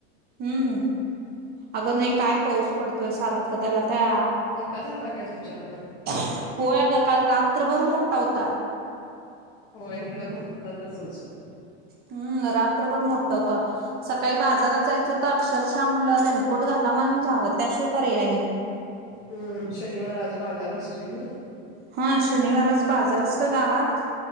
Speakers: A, on the right; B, on the left.
A: हम्म, अगं नाही काय पाऊस पडतोय, सारखं त्याला त्या.
B: मोठा झाला काय तुमच्याकडं.
A: होय, आगं काल रात्रभर मोठा होता.
B: होय, इकडं पण होत तसंच.
A: हम् रात्रभर मोठा होता. सकाळी बाजारात जायच होत, अक्षरशः म्हणलं रेनकोट घालावं आणि जावं त्याशिवाय पर्याय नाही.
B: हम्म, शनिवार आज बाजार असतोय नी.
A: हा शनिवारच बाजार असतो, गावात